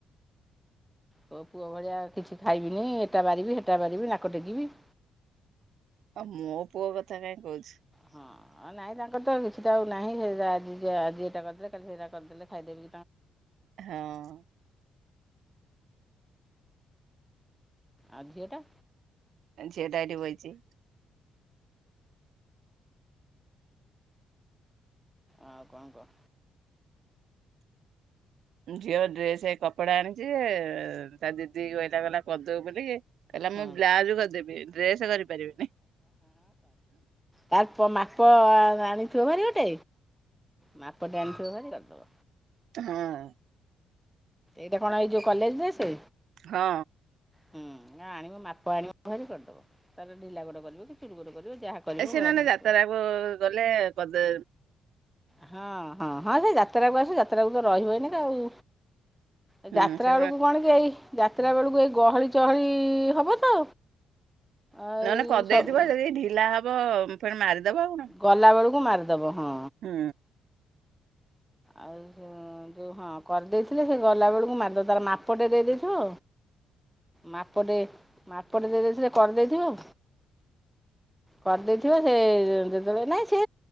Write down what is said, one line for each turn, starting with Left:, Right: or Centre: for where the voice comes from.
Centre: ତୋ ପୁଅ ଭଳିଆ କିଛି ଖାଇବିନି ଏଟା ବାରିବି ସେଟା ବାରିବି ନାକ ଟେକିବି।
Right: ଅ ମୋ ପୁଅ କଥା କାଇଁ କହୁଛି?
Centre: ହଁ ନାଇଁ ତାଙ୍କର ତ କିଛିଟ ଏଇଟା ସେଟା ଆଜି ଏଟା କରିଦେଲେ କାଲି ସେଟା କରିଦେଲେ ଖାଇଦେବେ
Right: ହଁ।
Centre: ଆଉ ଝିଅ ଟା?
Right: ଏ ଝିଅ ଟା ଏଇଠି ବଇଛି।
Centre: ଆଉ କଣ କୁଅ?
Right: ଝିଅ ଡ୍ରେସେ କପଡା ଆଣିଛି ଜେ ତା ଦିଦିକୁ କହିଲା କରିଦେବୁ ବୋଲିକି କହିଲ
Centre: ହଁ
Right: ମୁଁ ବ୍ଲାଉଜୁ କରିଦେବି ଡ୍ରେସ୍ କରିପାରିବିନି।
Centre: ତାରପ ମାପ ଆଣିଥିବ ଭାରି ଗୋଟେ ମାପଟେ ଆଣିଥିବ ଭାରି କରିଦବ
Right: ହଁ।
Centre: ଏଇଟା କଣ ଏଇ ଯୋଉ କଲେଜେ ଡ୍ରେସେ?
Right: ହଁ।
Centre: ହୁଁ ଆଣିବୁ ମାପ ଆଣିବୁ ଘରି କରିଦବ ତାର ଢିଲା ଗୋଡ କରିବ କି ଚୁୁରି ଗୋଡ କରିବ ଯାହା କରିବ
Right: ଏ ସେମାନେ
Centre: ଆଣିକି
Right: ଯାତ୍ରାକୁ ଗଲେ କରଦେ
Centre: ହଁ ହଁ ହଁ ସେ ଯାତ୍ରାକୁ ଆସୁ ଯାତ୍ରା କୁ ତ ରହିବ ଏନେକା ଆଉ। ଏ
Right: ହୁଁ
Centre: ଯାତ୍ରା
Right: ସେ
Centre: ବେଳକୁ କଣ କି ଏଇ ଯାତ୍ରା ବେଳକୁ ଏଇ ଗହଳି ଚହଳି ହବ ତ ଏଇ
Right: ନହେଲେ କଦେଇଥିବ
Centre: ସବୁ
Right: ଯଦି ଢିଲା ହବ ଫେଣ ମାରିଦବ ଆଉ କଣ
Centre: ଗଲାବେଳକୁ ମାରିଦେବ ହଁ।
Right: ହୁଁ।
Centre: ଆଉ ଯେଉଁ ହଁ କରିଦେଇଥିଲେ ସେ ଗଲାବେଳକୁ ମାରିଦେଇଥିବ ମାପଟେ ଦେଇ ଦେଇଥିବ ମାପଟେ ମାପ ଟେ ଦେଇଦେଇଥିଲେ କରିଦେଇଥିବ କରିଦେଇଥିବ ସେ ଯେତେବେଳେ ନାଇଁ ସେ